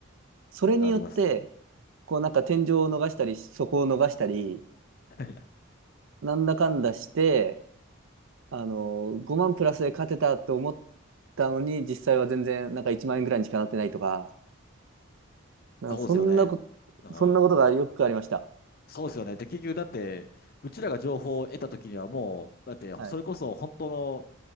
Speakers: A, on the right (about 60°); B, on the left (about 45°).
A: それによって、
B: あります。
A: こう、なんか天井を逃したり、底を逃したり、
B: <laughs>
A: なんだかんだして、あのー、5万プラスで勝てたと思ったのに、実際は全然、なんか1万円ぐらいにしかなってないとか、なんかそんなこと、
B: そうですよね。うん。
A: そんなことがよくありました。
B: そうですよね。で、結局だって、うちらが情報を得た時にはもう、だって、
A: はい。
B: それこそ本当の